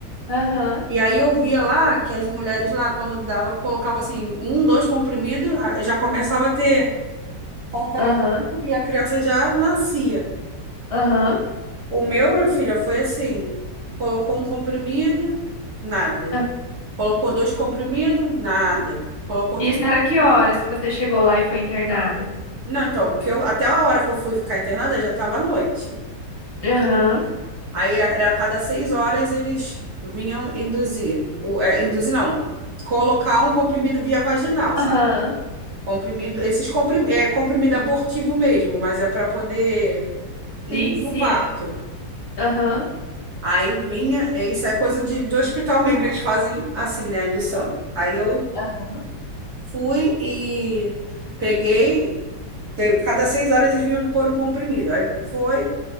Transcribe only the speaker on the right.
E aí eu via lá que as mulheres lá, quando dava, colocava assim, um, dois comprimidos, a- já começava a ter contração
e a criança já nascia.
O meu, minha filha, foi assim: colocou um comprimido, nada.
Colocou dois comprimidos, nada. Colocou
três comprimidos.
Não, então, que eu, até a hora que eu fui ficar internada já estava à noite.
Aí era a cada seis horas eles vinham induzir. O, é, induzir não. Colocar um comprimido via vaginal,
sabe? Comprimido, esses comprim, é comprimido abortivo mesmo, mas é para poder induzir
o parto.
Aí vinha, é, isso é coisa de, de hospital mesmo, eles fazem assim, né, a indução. Aí eu
fui e peguei, teve- cada seis horas eles vinham pôr um comprimido. Aí foi,